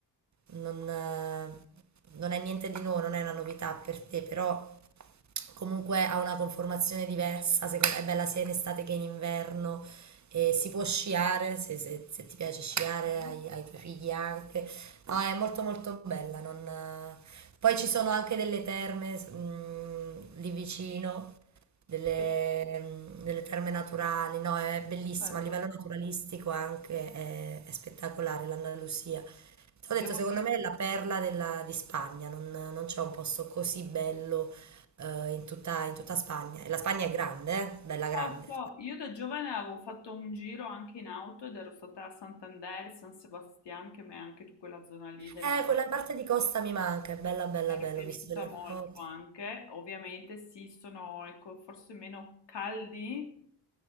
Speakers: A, on the right (about 40°); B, on the left (about 75°).
A: non, eh, non è niente di nuovo, non è una novità per te, però comunque ha una conformazione diversa, seco- è bella sia in estate che in inverno. E si può sciare, se, se- se ti piace sciare,
B: sì,
A: ai, ai tuoi figli anche. No, è molto molto bella. non- Poi ci sono anche delle terme mm, lì vicino, delle,
B: è
A: mm, delle terme naturali, no, è bellissima,
B: bello.
A: a livello naturalistico anche è, è spettacolare l'Andalusia. Ti
B: Devo
A: ho detto, secondo
B: dire,
A: me è la perla della- di Spagna, non, non c'è un posto così bello eh, in tutta, in tutta Spagna. E la Spagna è grande, eh, bella
B: so,
A: grande.
B: so, io da giovane avevo fatto un giro anche in auto ed ero stata a Santander, San Sebastian, che mi è anche quella zona lì del
A: Eh,
B: nord.
A: quella parte di costa mi manca, è bella bella
B: Mi era
A: bella,
B: piaciuta
A: ho visto delle
B: molto
A: foto.
B: anche, ovviamente sì, sono ecco, forse meno caldi